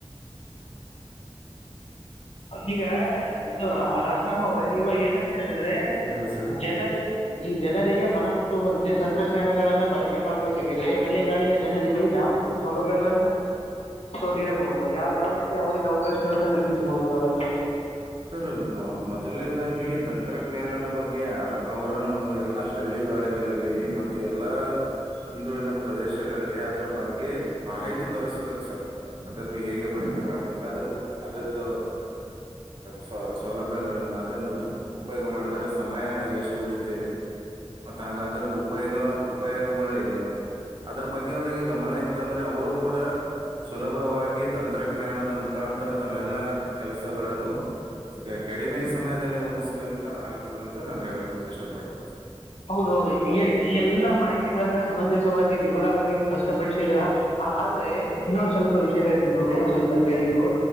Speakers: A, on the left; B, on the right.
A: ಈಗ ಇದು ಅಸ್ಲಾಂ ಅವ್ರೆ ಇವಾಗ ಏನತ ನಂದ್ರೆ
B: ಹೇಳಿ ಸರ್
A: ಜನರಿ ಈ ಜನರಿಗೆ ಮನ ಮುಟ್ಟುವಂತೆ ತಂತ್ರಜ್ಞಾನಗಳನ್ನ ಬಳಕೆ ಮಾಡ್ಬೇಕಾಗಿದ್ರೆ ಹಳ್ಳಿಗಾಡಿನ ಜನರಿಗೆ ಯಾವ ರೀತಿ ಸೌಲಭ್ಯಗಳನ್ನ ಸೊ ನೀಡಬಹುದು ಯಾವ ಯಾವ ರೀತಿ ಅವರಿಗೆ ಅವಕಾಶಗಳನ್ನ ಕಲ್ಪಿಸಿ ಸಿಬಹುದು ನಾವೆಲ್ಲ
B: ಸರ್ ಮ ಮೊದಲನೇದಾಗಿ ತಂತ್ರಜ್ಞಾನದ ಬಗ್ಗೆ ಅದು ಅವ್ರನ್ನು ಎಲ್ಲಾ ಹಳ್ಳಿಗಾಳಿಗಳಲ್ಲಿ ಮ ಎಲ್ಲಾ ಹಿಂದುಳಿದ ಪ್ರದೇಶಗಳಲ್ಲಿ ಅದ್ರ ಬಗ್ಗೆ ಮಾಹಿತಿ ತಲ್ಸ್ಬೇಕು ಸರ್ ಅದನ್ನು ಹೇಗೆ ಬಳಕೆ ಮಾಡ್ಬೇಕು ಅದ್ರ ಅದರ್ದ ಸ ಸೌಲಭ್ಯಗಳೇನು ಅದನ್ನು ಉಪಯೋಗ ಮಾಡಿದ್ರೆ ಸಮಯ ಎಷ್ಟು ಉಳಿತೆ ಮತ್ತ ಹಾಗ ಅದರದ ಉಪಯೋಗ ಉಪಯೋಗಗಳು ಏನು ಅದ್ರ ಬಗ್ಗೆ ಅವರಿಗೆ ಗಮನ ಇತ್ತಂದ್ರೆ ಅವರು ಕೂಡ ಸುಲಭವಾಗಿ ತಂತ್ರಜ್ಞಾನದ ಮುಖಾಂತರ ತಮ್ಮೆಲ್ಲಾ ಕೆಲಸಗಳನ್ನು ಕಡಿಮೆ ಸಮಯದಲ್ಲಿ ಮುಗಸುಗಂತ ಆಗ್ತದಂತ ನಾನನ್ ಹೇಳ ಇಷ್ಟಪಟ್ಟ
A: ಹೌದೌದು ಈ ಎಲ್ಲಾ ಮಾಹಿತಿಗಳನ್ನ ಸಮಂಜಸವಾಗಿ ವಿವರವಾಗಿ ಸ್ಪಷ್ಟ ಪಡಿಸಿದೀರಾ ಆದ್ರೆ ಇನ್ನೊಂದು ಸ್ವಲ್ಪ ವಿಷಯ ಹೇಳ್ತೀನಿ ನೋಡಿ ಸ್ವಲ್ಪ ಕೇಳಿ ನೀವು